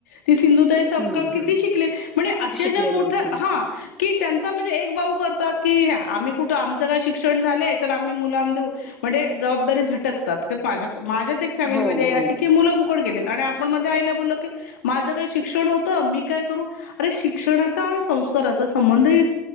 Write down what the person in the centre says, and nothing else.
हं,
हं.
ती शिकलेली
होती
हो हो